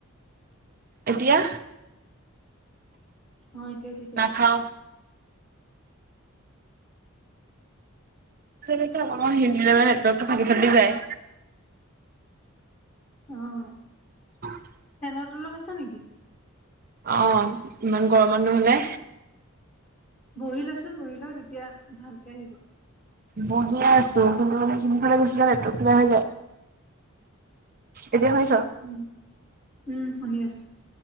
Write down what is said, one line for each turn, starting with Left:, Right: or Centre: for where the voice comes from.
Right: এতিয়া?
Left: অঁ, এতিয়া ঠিকে
Right: নাখাও
Left: আছে।
Right: নেটৱৰ্কটো ফাটি ফাটি যায়।
Left: অঁ।
Right: <inaudible>
Left: ফেনৰ তলত আছা নেকি?
Right: অঁহ ইমান গৰমত নহলে।
Left: বহি ল'চোন বহি ল' তেতিয়া ভালকে আহিব।
Right: বহিয়ে আছো, কিন্তু মানে যোনফালে গুচি যায় নেটৱৰ্কটো বেয়া হৈ যায়। এতিয়া শুনিছ?
Left: উম উম শুনি আছো